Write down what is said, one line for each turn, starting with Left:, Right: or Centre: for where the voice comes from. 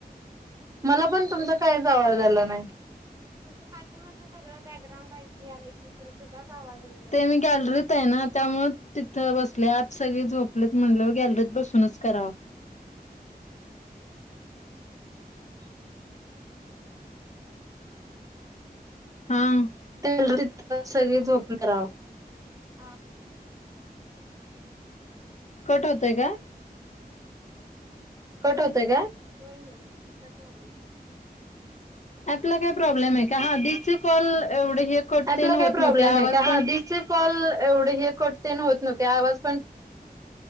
Right: मला पण तुमचा कायच आवाज आला नाही, इथं पाठीमागं सगळं बॅकग्राउंड एकू यालय की खरं तुजाच आवाज येना.
Left: ते मी गॅलरीत आहे ना त्यामूळं तिथं बसले, आत सगळे झोपलेत म्हणले गॅलरीत बसूनच करावं. हां.
Right: तर तिथं सगळे झोप <unintelligible> ह <unintelligible>
Left: कट होतय काय?
Right: कट होतय काय. होय होय. कटवालाय.
Left: आपला काय प्रॉब्लेम हाय काय, हा दीचे कॉल एवढे हे कट
Right: ऍपला
Left: तेन होत
Right: काय प्रॉब्लेम
Left: नव्हते,
Right: आहे
Left: आवाज
Right: का
Left: पण
Right: हा आधीचे कॉल एवढे हे कट तेन होत नव्हते, आवाज पण